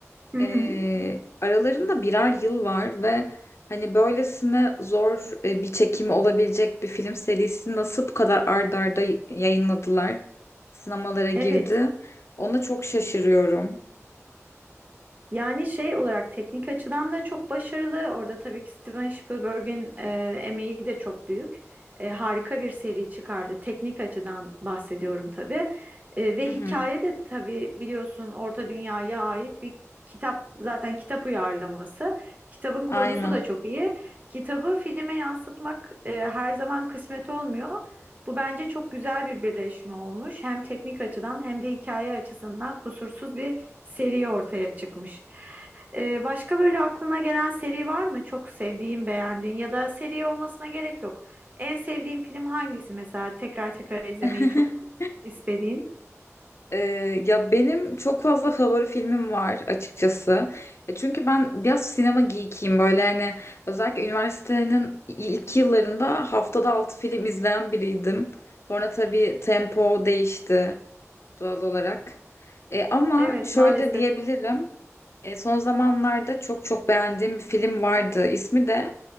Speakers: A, on the right (about 30°); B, on the left (about 55°).
A: Hı
B: e,
A: hı.
B: aralarında birer yıl var ve hani böylesine zor e, bir çekimi olabilecek bir film serisini nasıl bu kadar ard arda y- yayınladılar? Sinemalara girdi.
A: Evet.
B: Ona çok şaşırıyorum.
A: Yani şey olarak teknik açıdan da çok başarılı. Orada tabii ki Steven Spielberg'in e, emeği de çok büyük. E, harika bir seri çıkardı. Teknik açıdan bahsediyorum tabii. E, ve
B: Hı
A: hikaye
B: hı,
A: de tabii biliyorsun Orta Dünya'ya ait bir kitap zaten kitap uyarlaması. Kitabın kurgusu
B: aynen.
A: da çok iyi. Kitabı filme yansıtmak e, her zaman kısmet olmuyor. Bu bence çok güzel bir birleşme olmuş. Hem teknik açıdan hem de hikaye açısından kusursuz bir seri ortaya çıkmış. Ee, başka böyle aklına gelen seri var mı? Çok sevdiğin, beğendiğin ya da seri olmasına gerek yok. En sevdiğin film hangisi mesela? Tekrar tekrar izlemeyi
B: <laughs>
A: çok istediğin.
B: Ee, ya benim çok fazla favori filmim var açıkçası. Ya çünkü ben biraz sinema geekiyim böyle hani özellikle üniversitenin ilk yıllarında haftada 6 film izleyen biriydim. Sonra tabii tempo değişti doğal olarak. Ee, ama
A: Evet,
B: şöyle
A: maalesef.
B: diyebilirim. E, son zamanlarda çok çok beğendiğim bir film vardı. İsmi de